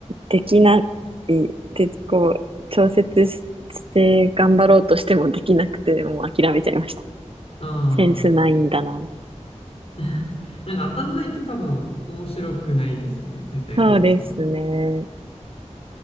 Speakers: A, on the right; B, on the left.
A: できない、で、こう、調節しして頑張ろうとしてもできなくて、もう諦めちゃいました。
B: ああ、
A: センスないんだな。
B: <laughs> なんか当たんないと多分面白くないですよね。絶対ゴルフは。
A: そうですね。